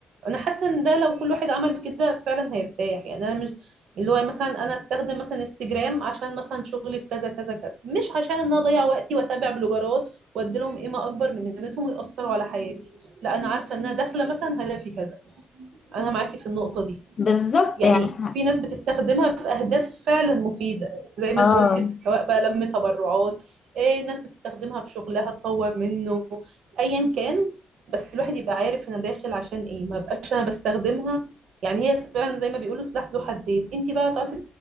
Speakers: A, on the right; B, on the left.
A: انا حاسه ان ده لو كل واحد عمل كده فعلا هيرتاح يعني انا مش اللي هو مثلا انا استخدم مثلا انستجرام عشان مثلا شغلي في كذا كذا كذا مش عشان ان انا اضيع وقتي واتابع بلوجرات وادي لهم قيمه اكبر من قيمتهم ويأثروا على حياتي لا انا عارفه ان انا داخله مثلا هدفي كذا انا معاكي في النقطه دي
B: بالظبط
A: يعني
B: يعني
A: في ناس بتستخدمها في أهداف فعلا مفيدة زي ما
B: اه
A: انت قلتي سواء بقى لم تبرعات إيه ناس بتستخدمها في شغلها تطور منه أيا كان بس الواحد يبقى عارف أنا داخل عشان إيه ما بقاش أنا بستخدمها يعني هي فعلا زي ما بيقولوا سلاح ذو حدين انت بقى تعرفي